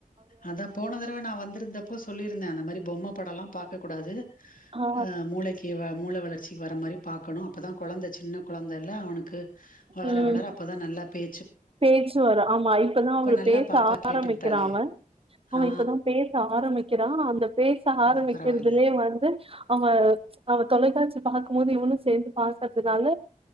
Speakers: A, on the left; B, on the right.
A: அதா போன தரவ நா வந்திருந்தப்ப இப்போ சொல்லியிருந்தே அந்த மாரி பொம்ம படோல்லா பாக்க கூடாது
B: ஆ
A: அ மூளைக்கி இவ மூள வளர்ச்சி வர மாரி பாக்கணும் அப்பதா கொழந்த சின்ன கொழந்தல்ல அவனுக்கு வளர
B: ம்
A: வளர அப்ப தா நல்லா பே
B: பேச்சு வரும் ஆமா இப்பதா அவரு
A: நல்லா
B: பேச
A: பாப்பா கேட்டுக்கிட்டாளே
B: ஆரம்பிக்கிறா அவன் அவன்
A: ஆ
B: இப்பதா பேச ஆரம்பிக்கிறா அந்த பேச
A: அ
B: ஆரம்பிக்கிறதுலயே
A: பரவால்ல
B: வந்து அவன் அவ தொலைக்காட்சி பாக்கும் போது இவனு சேந்து பாக்கறதுனால